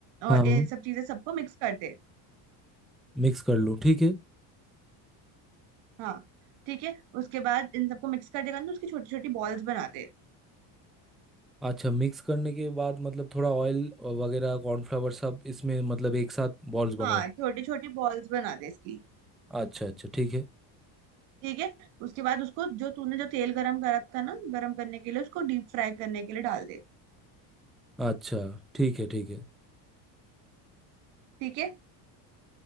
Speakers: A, in the centre; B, on the right.
A: हाँ
B: और
A: हाँ
B: ये सब चीजें सबको मिक्स कर दे
A: मिक्स कर लूँ ठीक है
B: हाँ ठीक है उसके बाद इन सबको मिक्स कर देगा ना तो उसकी छोटी छोटी बॉल्स बना दे
A: अच्छा मिक्स करने के बाद मतलब थोड़ा ऑयल वगैरह कॉर्नफ्लावर सब इसमें मतलब एक साथ बॉल्स
B: हाँ
A: बनाओ
B: छोटी छोटी बॉल्स बना दे इसकी
A: अच्छा अच्छा ठीक है
B: ठीक है उसके बाद उसको जो तूने जो तेल गरम करा था ना गरम करने के लिए उसको डीप फ्राई करने के लिए डाल दे
A: अच्छा ठीक है ठीक है
B: ठीक है